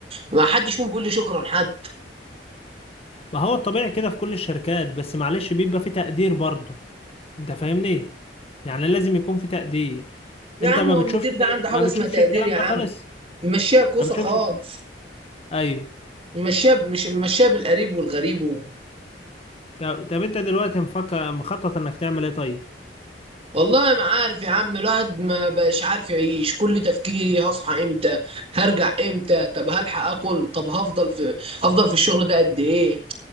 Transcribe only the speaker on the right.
ما حدش فيهم بيقول لي شكرا حتى
يا
عم
هو
المدير
ده عنده حاجه
اسمها تقدير
يا عم
ممشيها كوسه
خالص
ممشيها ب- مش ممشيها بالقريب والغريب و...
والله ما عارف يا عم الواحد ما بقاش عارف يعيش كل تفكيري هصحى امتى هرجع امتى طب هلحق اكل طب هفضل في هفضل في الشغل ده قد ايه